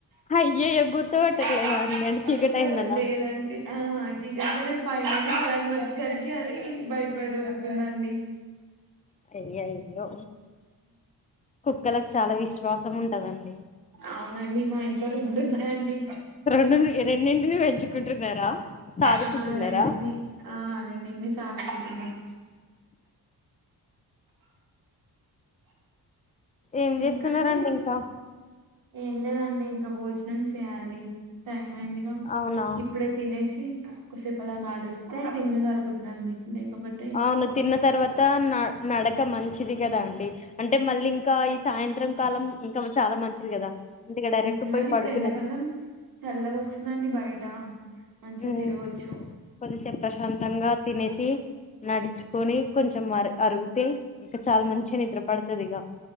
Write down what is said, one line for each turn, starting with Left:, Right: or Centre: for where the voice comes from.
Left: అయ్యయ్యో గుర్తుపట్టట్లేదా
Right: ఆ
Left: అండి అంటే చీకటి అయిందనా
Right: లేదండి ఆ చీకట్లో నేను పైనుండి సడెన్ గ వచ్చేసరికి అది భయపడి ఓరుతుందండి
Left: అయ్యయ్యో కుక్కలకు చాలా విశ్వాసం ఉం టదండి
Right: అవునండి మా ఇంట్లో రెండు ఉన్నాయండి
Left: రొండున్నా రెండు పెంచుకుంటున్నారా సాదుకుంటున్నారా
Right: ఆ రెండింనాయ్ ఆ రెండిట్నేసి ఆడుకుంటున్నాయ్
Left: ఏం చేస్తున్నారండి
Right: ఇంకాండి
Left: ఇంకా
Right: ఏం లేదండి ఇంకా భోజనం చేయాలి టైం అయిందిగా
Left: అవునా
Right: ఇప్పుడే తినేసి కొసేపలా నడుస్తే తిన్నది అరుగుద్దండి లేకపోతే
Left: అవును తిన్న తర్వాత న నడక మంచిది కదా అండి అంటే మళ్ళీ ఇంకా ఈ సాయంత్రం కాలం ఇంకా చాలా మంచిది కదా ఇంటికి డైరెక్ట్
Right: ఉమ్మ్ మళ్ళీ
Left: పోయి
Right: ఇప్పుడు
Left: పడుకునేది
Right: ఎండాకాలం చల్లగా వస్తుందండి బయట మంచిగా
Left: ఉమ్మ్
Right: తిరగొచ్చు
Left: కొద్దిసేపు ప్రశాంతంగా తినేసి నడుచుకొని కొంచెం అర్ అరుగితే ఇంకా చాలా మంచిగా నిద్రపడుతది ఇగ